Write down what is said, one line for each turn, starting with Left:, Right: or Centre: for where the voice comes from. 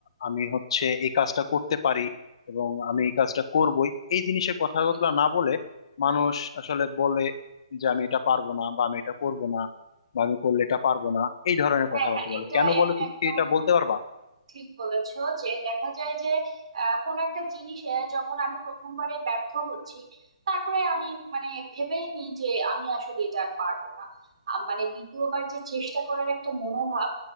Left: আমি হচ্ছে এই কাজটা করতে পারি এবং আমি এই কাজটা করবই এই জিনিসের কথাগুলো
Right: হ্যাঁ
Left: না বলে মানুষ আসলে বলে যে আমি এটা পারবো না বা আমি এটা করবো না বা আমি করলে এটা পারবো না এই ধরনের
Right: হ্যাঁ
Left: কথাবার্তা
Right: হ্যাঁ,
Left: বলে
Right: এটা
Left: কেন
Right: একটা
Left: বলে তুমি
Right: একদম
Left: কি এটা বলতে পারবা
Right: ঠিক বলেছো যে দেখা যায় যে আহ, কোন একটা জিনিসে যখন আমি প্রথমবারে ব্যর্থ হচ্ছি তারপরে আমি মানে ভেবেই নিই যে আমি আসলে এটা আর পারবো না আম, মানে দ্বিতীয়বার যে চেষ্টা করার একটা মনোভাব